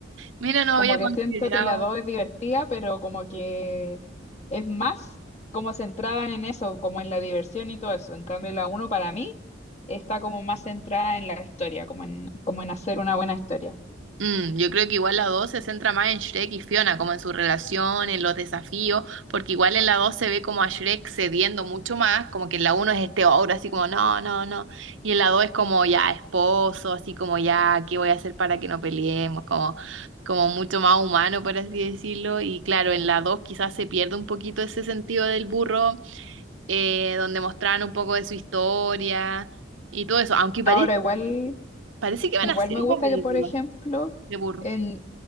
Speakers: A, on the right; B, on the left.
A: Mira, no
B: Como
A: había
B: que
A: considerado
B: siento que la 2 es divertida, pero como que es más como centrada en eso, como en la diversión y todo eso. En cambio, la uno para mí está como más centrada en la historia, como en, como en hacer una buena historia.
A: Mm, yo creo que igual la 2 se centra más en Shrek y Fiona, como en su relación, en los desafíos, porque igual en la 2 se ve como a Shrek cediendo mucho más, como que en la uno es este ogro así como no, no, no, y en la 2 es como ya esposo, así como ya, ¿qué voy a hacer para que no peleemos? Como, como mucho más humano, por así decirlo, y claro, en la 2 quizás se pierde un poquito ese sentido del burro, eh, donde mostraban un poco de su historia y todo eso, aunque parece,
B: Ahora, igual,
A: parece que van
B: igual
A: a hacer
B: me gusta
A: una película
B: que, por ejemplo,
A: de burro.
B: en,